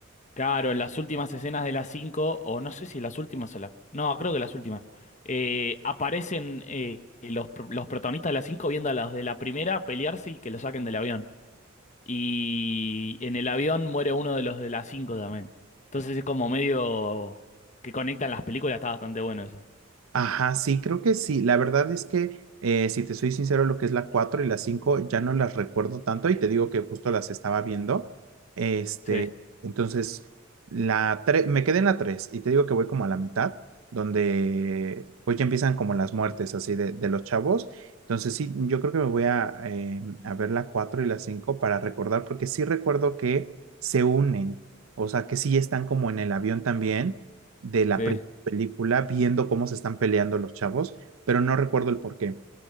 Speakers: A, on the left; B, on the right.
A: claro, en las últimas escenas de la 5 o no sé si en las últimas o las... No, creo que las últimas. eh, aparecen eh, los, pr- los protagonistas de la 5 viendo a los de la primera pelearse y que lo saquen del avión. Y en el avión muere uno de los de las cinco también. Entonces es como medio que conectan las películas, está bastante bueno eso.
B: Ajá, sí, creo que sí. La verdad es que, eh, si te soy sincero, lo que es la 4 y la 5 ya no las recuerdo tanto y te digo que justo las estaba viendo. Este,
A: Sí,
B: entonces, la 3 me quedé en la 3 y te digo que voy como a la mitad, donde pues ya empiezan como las muertes así de, de los chavos. Entonces, sí, yo creo que me voy a, eh, a ver la 4 y la 5 para recordar, porque sí recuerdo que se unen, o sea, que sí están como en el avión también de la
A: sí,
B: película viendo cómo se están peleando los chavos, pero no recuerdo el por qué.